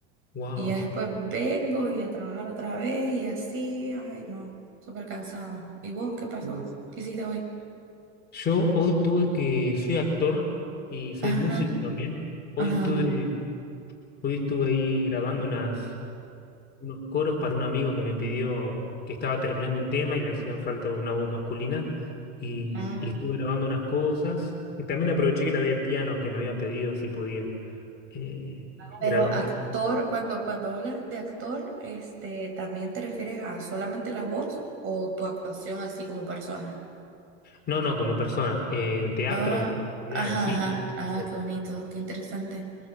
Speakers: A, on the left; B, on the right.
A: Wow.
B: Y ya después vengo y a trabajar otra vez y así, ay, no, súper cansado. ¿Y vos qué pasó? ¿Qué hiciste hoy?
A: Yo hoy tuve que, soy actor y
B: <laughs>
A: soy
B: Ajá,
A: músico también. Hoy
B: ajá,
A: estuve
B: ajá.
A: Hoy estuve ahí grabando unas, unos coros para un amigo que me pidió que estaba terminando un tema y le hacían falta una voz masculina. Y,
B: Ah.
A: y estuve grabando unas cosas. Y También aproveché y grabé piano que me había pedido si podía. Eh, grabé
B: Pero actor,
A: una-
B: cuando, cuando hablas de actor, este, ¿también te refieres a solamente la voz o tu actuación así como persona?
A: No, no, como persona, eh, en teatro,
B: Ah,
A: en publicidad,
B: ajá,
A: en cine,
B: ajá,
A: en estas
B: ah,
A: cosas.
B: qué bonito, qué interesante.